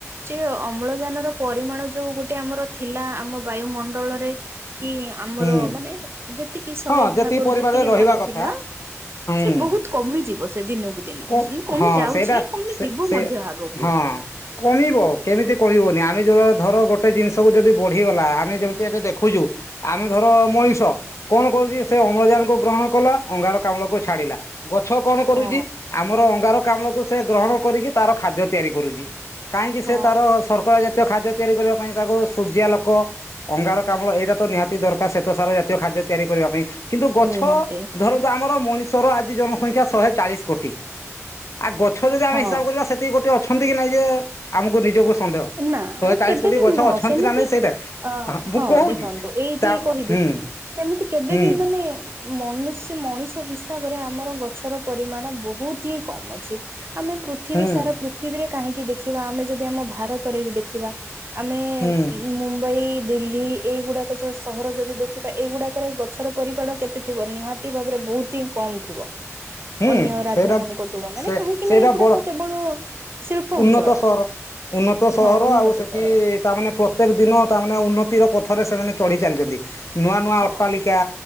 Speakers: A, on the right; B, on the left.
A: ଯେ ଅମ୍ଳଜାନ ର ପରିମାଣ ଯୋଉ ଗୋଟେ ଆମର ଥିଲା ଆମ ବାୟୁମଣ୍ଡଳରେ କି ଆମର
B: ହୁଁ
A: ମାନେ ଯେତିକି ଶହେ
B: ହଁ
A: ଭାଗରୁ
B: ପରିବାରରେ
A: ଯେତିକି
B: ରହିବା
A: ଭାଗ
B: କଥା
A: ଥିଲା
B: ହୁଁ
A: ସେ ବହୁତ କମିଯିବ ସେ ଦିନକୁ ଦିନ
B: କଣ
A: କମି
B: ହଁ
A: ଯାଉଛି
B: ସେଇଟା
A: କମି
B: ସେ
A: ଯିବ
B: ସେ
A: ମଧ୍ୟ ଆଗକୁ
B: ହଁ କମିବ କେମିତି କମିବନି ଆମେ ଯ ଧର ଗୋଟେ ଜିନିଷକୁ ଯଦି ବଢିଗଲା ଆମେ ଯେମିତି ଏବେ ଦେଖୁଛୁ ଆମେ ଧର ମଣିଷ କଣ କରୁଛି ସେ ଅମ୍ଳଜାନ କୁ ଗ୍ରହଣ କଲା ଅଙ୍ଗାର କାମ୍ଳକୁ ଛାଡିଲା। ଗଛ କଣ କରୁଛି
A: ହଁ।
B: ଆମର ଅଙ୍ଗାର କାମ୍ଳକୁ ସେ ଗ୍ରହଣ କରିକି ତାର ଖାଦ୍ୟ ତିଆରି କରୁଛି। କାହିଁକି
A: ହଁ
B: ସେ ତାର ସର୍କରା ଜାତୀୟ ଖାଦ୍ୟ ତିଆରି କରିବା ପାଇଁ ତାକୁ ସୂର୍ଯ୍ୟା ଲୋକ ଅଙ୍ଗାର କାମଳ ଏଇଟା ତ ନିହାତି ଦରକାର ଶ୍ୱେତସାର ଜାତୀୟ ଖାଦ୍ୟ ତିଆରି କରିବା ପାଇଁ। କିନ୍ତୁ ଗଛ
A: ନିହାତି
B: ଧରନ୍ତୁ ଆମର ମଣିଷର ଆଜି ଜନସଂଖ୍ୟା ଶହେ ଚାଳିଶ କୋଟି ଆ ଗଛ ଯଦି ଆମେ
A: ହଁ।
B: ହିସାବ କରିବା ସେତିକି ଗୋଟେ ଅଛନ୍ତି କି ନାଇଁ ଯେ ଆମକୁ ନିଜକୁ ସନ୍ଦେହ
A: ନା
B: ଶହେ ଚାଳିଶ
A: କେବେ
B: କୋଟି
A: ବି
B: ଗଛ
A: ନୁହଁ
B: ଅଛନ୍ତି
A: ସେମିତି
B: ନା ନାଇଁ ସେଇଟା
A: ଅ
B: ମୁଁ
A: ହଁ
B: କହୁଛି
A: ଦେଖନ୍ତୁ ଏଇଠି
B: ତା
A: କହିବି
B: ହୁଁ
A: ସେମିତି କେବେ
B: ହୁଁ
A: ବି ମାନେ ମନୁଷ୍ୟ ମଣିଷ ହିସାବରେ ଆମର ଗଛର ପରିମାଣ ବହୁତ ହିଁ କମ ଅଛି। ଆମେ ପୃ ପୃିବୀ
B: ହୁଁ
A: ସାରା ପୃଥିବୀରେ କାହିଁକି ଦେଖିବା ଆମେ ଯଦି ଆମ ଭାରତରେ ବି ଦେଖିବା। ଆମେ
B: ହୁଁ
A: ମୁମ୍ବାଇ ଦିଲ୍ଲୀ ଏଇଗୁଡ଼ାକ ସହର ଯଦି ଦେଖିବା ଏଇଗୁଡ଼ାକରେ ଗଛର ପରିମାଣ କେତେ ଥିବ ନିହାତି ଭାବରେ ବହୁତ ହିଁ କମ ଥିବ।
B: ହୁଁ
A: ଅନ୍ୟ ରାଜ୍ୟ
B: ସେଇଟା
A: ମାନଙ୍କ ତୁଳନାରେ
B: ସେ
A: କାହିଁକି
B: ସେଇଟା
A: ନା ଏଗୁଡାକ
B: ବଡ
A: କେବଳ ଶିଳ୍ପ
B: ଉନ୍ନତ
A: ଅଞ୍ଚଳ।
B: ସହର ଉନ୍ନତ ସହର
A: ହଁ ଉନ୍ନତ
B: ଆଉ ସେଠି
A: ସହର
B: ତାମାନେ ପ୍ରତ୍ୟେକ ଦିନ ତାମାନେ ଉନ୍ନତିର ପଥରେ ସେମାନେ ଚଢ଼ି ଚାଲିଛନ୍ତି। ନୂଆ ନୂଆ
A: ହଁ
B: ଅଟ୍ଟାଳିକା